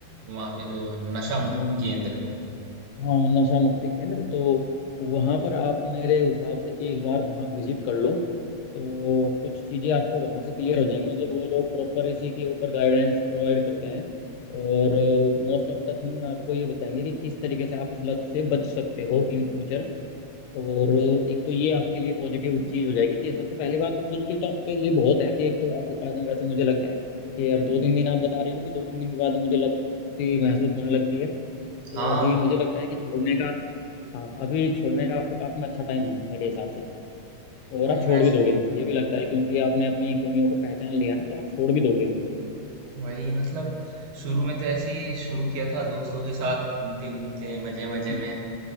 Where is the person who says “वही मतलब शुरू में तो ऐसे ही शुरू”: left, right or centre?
Right